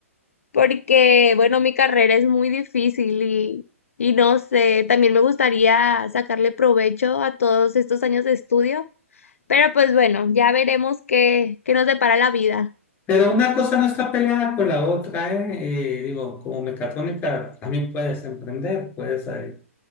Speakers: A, on the left; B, on the left.
A: porque, bueno, mi carrera es muy difícil y, y no sé, también me gustaría sacarle provecho a todos estos años de estudio, pero pues bueno, ya veremos qué, qué nos depara la vida.
B: Pero una cosa no está peleada con la otra, ¿eh? Eh, digo, como mecatrónica también puedes emprender, puedes eh,